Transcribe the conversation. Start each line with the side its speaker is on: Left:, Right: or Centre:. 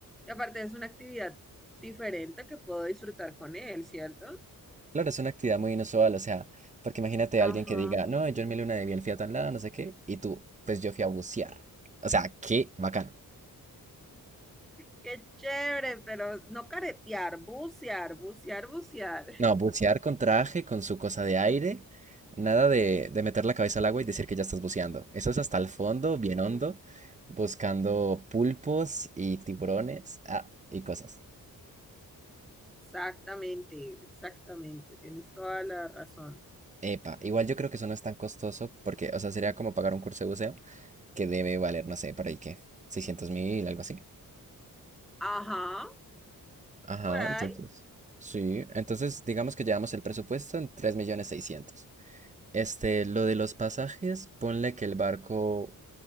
Centre: Y aparte es una actividad diferente que puedo disfrutar con él, ¿cierto?
Right: Claro, es una actividad muy inusual, o sea, porque imagínate a alguien
Centre: Ajá.
Right: que diga, no, yo en mi luna de miel fui a tan lado, no sé qué, y tú, pues yo fui a bucear. O sea, qué bacano.
Centre: Qué chévere, pero no caretear, bucear, bucear, bucear.
Right: No, bucear con traje, con su cosa de aire, nada de, de meter la cabeza al agua y decir que ya estás buceando. Eso es hasta el fondo, bien hondo, buscando pulpos y tiburones, ah, y cosas.
Centre: Exactamente, exactamente, tienes toda la razón.
Right: Epa, igual yo creo que eso no es tan costoso, porque, o sea, sería como pagar un curso de buceo que debe valer, no sé, por ahí que seiscientos mil, algo así.
Centre: Ajá,
Right: Ajá,
Centre: por ahí.
Right: entonces. Sí, entonces digamos que llevamos el presupuesto en 3.600.000. Este, lo de los pasajes, ponle que el barco,